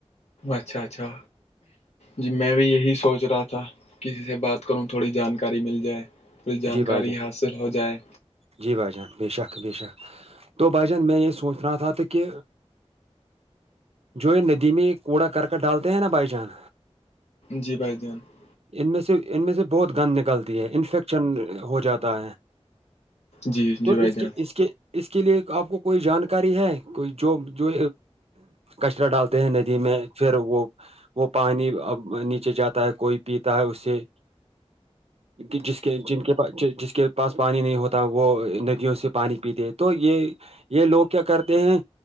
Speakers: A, on the left; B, on the right.
A: اچھا اچھا جی میں بھی یہی سوچ رہا تھا کسی سے بات کروں تھوڑی جانکاری مل جائے تھوڑی جانکاری
B: جی بھائی جان
A: حاصل ہو جائے
B: جی بھائی جان بے شک بے شک تو بھائی جان میں یہ سوچ رہا تھا کہ جو یہ ندی میں کوڑا کرک ڈالتے ہیں نا بھائی جان
A: جی بھائیدین <unintelligible>
B: ان میں سے ان میں سے بہت گند نکلتی ہے انفیکشن ہو جاتا ہے
A: جی جی
B: تو
A: بھائی
B: اس
A: جان
B: کے اس کے اس کے لیے آپ کو کوئی جانکاری ہے کوئی جو جو کچرا ڈالتے ہیں ندی میں پھر وہ وہ پانی اب نیچے جاتا ہے کوئی پیتا ہے اسے ج <unintelligible> کہ جس کے جن کے پاس جس کے پاس پانی نہیں ہوتا وہ ندیوں سے پانی پیتے تو یہ یہ لوگ کیا کرتے ہیں